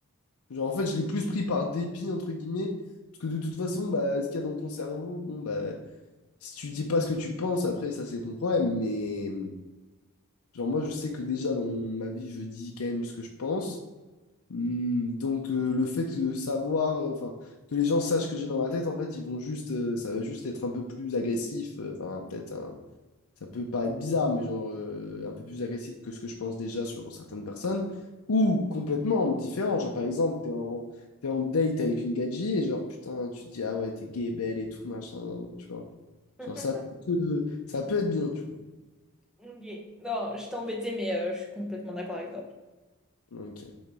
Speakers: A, on the left; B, in the centre.
A: Genre, en fait, je l'ai plus pris par dépit, entre guillemets, parce que de toute façon, bah, ce qu'il y a dans ton cerveau, bon, bah, si tu dis pas ce que tu penses, après, ça, c'est ton problème. Mais, genre, moi, je sais que déjà, dans mon- ma vie, je dis quand même ce que je pense. Hmm, Donc, euh, le fait de savoir, euh, enfin, que les gens sachent ce que j'ai dans ma tête, en fait, ils vont juste, euh, ça va juste être un peu plus agressif, euh, enfin, peut-être un, ça peut paraître bizarre, mais genre euh, un peu plus agressif que ce que je pense déjà sur certaines personnes, ou complètement différent. Genre, par exemple, t'es en, t'es en date avec une gadji et genre, putain, tu te dis, ah ouais, t'es gay, belle et tout, machin, tu vois.
B: <laughs>
A: Genre, ça peut, te- ça peut être bien, tu vois.
B: Ok. Non, je t'ai embêté, mais euh, je suis complètement d'accord avec toi.
A: Ok.